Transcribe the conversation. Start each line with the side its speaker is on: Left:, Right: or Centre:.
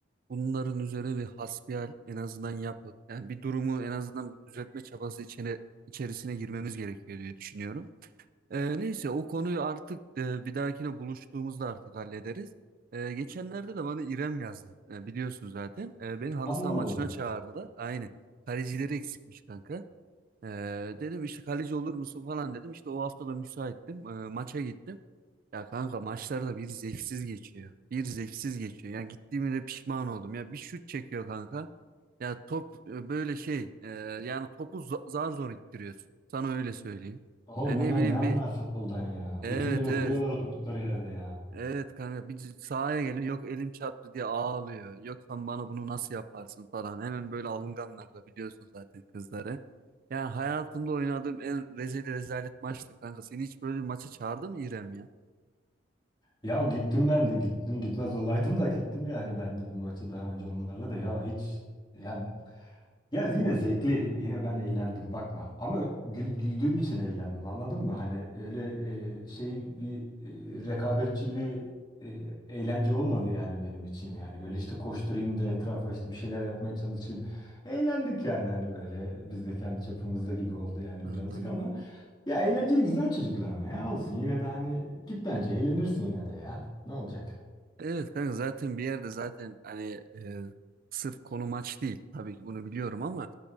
Right: bunların üzerine bir hasbihal en azından yapıp yani bir durumu en azından bir düzeltme çabası içine, içerisine girmemiz gerekiyor diye düşünüyorum. Ee, neyse o konuyu artık e, bir dahakine buluştuğumuzda artık hallederiz. Ee, geçenlerde de bana İrem yazdı. Ee, biliyorsun zaten. Ee, beni halı
Left: Allah
Right: saha
Left: Allah.
Right: maçına çağırdılar. Aynı. Kalecileri eksikmiş kanka. Ee, dedim işte kaleci olur musun falan dedim. İşte o hafta da müsaittim. Ee, maça gittim. Ya kanka maçlar da bir zevksiz geçiyor. Bir zevksiz geçiyor. Yani gittiğime de pişman oldum. Ya bir şut çekiyor kanka. Ya top e, böyle şey. e, yani topu za- zar zor ittiriyorsun. Sana öyle söyleyeyim.
Left: Oğlum
Right: E,
Left: onlar
Right: ne bileyim
Left: ne anlar
Right: bir
Left: futboldan ya?
Right: Evet
Left: Bütün gün oturuyorlar
Right: evet.
Left: oturdukları yerde ya.
Right: Evet kanka bir sahaya geliyor yok elim çarptı diye ağlıyor. Yok sen bana bunu nasıl yaparsın falan. Hemen böyle alınganlar da biliyorsun zaten kızları. Yani hayatımda oynadığım en rezil rezalet maçtı kanka. Seni hiç böyle bir maça çağırdı mı İrem ya?
Left: Ya gittim ben de gittim gitmez olaydım da gittim yani ben de bir maça daha önce onlarla da ya hiç yani Ya yine zevkli, yine ben eğlendim bakma. Ama gül- güldüğüm için eğlendim anladın mı? Hani öyle e, şey bir e, rekabetçi bir e, eğlence olmadı yani benim için yani. Böyle işte koşturayım da etrafa işte bir şeyler yapmaya çalışayım. Eğlendik yani hani böyle biz de kendi çapımızda gibi oldu yani
Right: Anladım
Left: birazcık ama
Right: anladım.
Left: ya eğlenceli güzel çocuklar ama ya olsun yine de hani git bence eğlenirsin yine de ya. Ne olacak?
Right: Evet kanka zaten bir yerde zaten hani e, sırf konu maç değil. Tabii ki bunu biliyorum ama